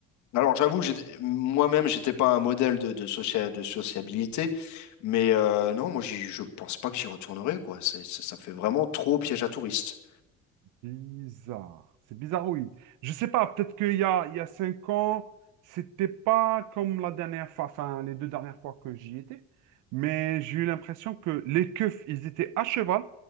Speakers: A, on the left; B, on the right.
A: Alors, j'avoue, j'étais- moi-même, j'étais pas un modèle de, de, socia- de sociabilité, mais euh, non, moi, j'y- je pense pas que j'y retournerai, quoi. C'est- c'est- ça fait vraiment trop piège à touristes.
B: Bizarre. C'est bizarre, oui. Je sais pas, peut-être qu'il y a, il y a cinq ans, c'était pas comme la dernière fois, enfin, les deux dernières fois que j'y étais. Mais j'ai eu l'impression que les keufs, ils étaient à cheval.